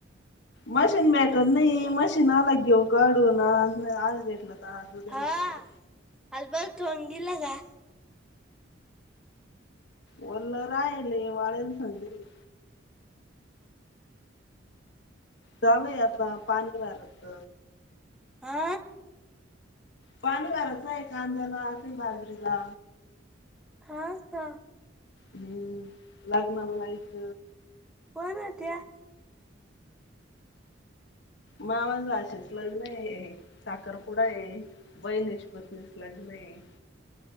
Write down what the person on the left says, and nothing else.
मशीन भेटलत नाही, मशीन आला काढू ना आज भेटल तर आज. उद्या
भेटलं तर
वल्ल राहिले वाळे्याला सांगलीत. झालय आता पाणी मारत.
पाणी भरत नाहीय कांद्याला अस बाजरीला
हम्म लग्नाला जायच
मामा न आशीेच लग्न आहे साखरपुडा आहे. <unintelligible>